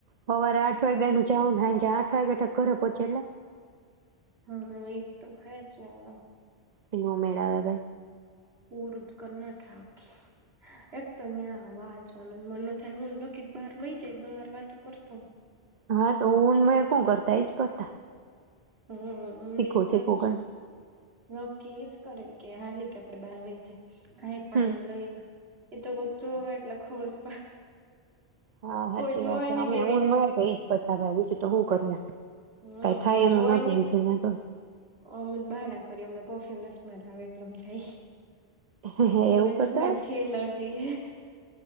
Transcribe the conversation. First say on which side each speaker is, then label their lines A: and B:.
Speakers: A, on the right; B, on the right.
A: હવારે આઠ નું જાવ ને હાંજે આઠ <inaudible> પહોંચે એટલે
B: હા એ તો હે જ ને ઓ
A: તનું મેળ ભાઈ.
B: પૂરું જ કરી નાખે આખી એક તો ન્યાં વાચવાનું મ થાય હું લખ બહાર નઈ જાય બહાર વાતો કરશ.
A: હા તો હું મે શું કરતા એજ કરતા.
B: હમ્મ
A: શીખવું
B: એમાં
A: શીખવું કરીને
B: નક્કી જ કરાય કે હાલી કે આપડે બહાર વહી જાય. કઈ પણ
A: હમ
B: આમ લઈને. એ તો કોકચોવે એટલે ખબર પડે.
A: હા સાચી
B: કોઈ જોવે
A: વાત છે
B: નઈ
A: અમે
B: ને
A: એ
B: એવી
A: ન કે એજ પતા ભાઈ બીજું. તો હું કરીએ.
B: હમ્મ
A: કઈ થાય
B: કોઈ
A: એમ
B: જોય
A: નહોતું
B: નહી
A: બીજું ન્યા તો
B: અમે બહાર ના કરી અમને. પરફ્યુમને સ્મેલ આવે એટલેમ જાય.
A: હે હે
B: ઉ
A: એવું કરતા
B: સ્મેલ થી એલર્જી હૈ.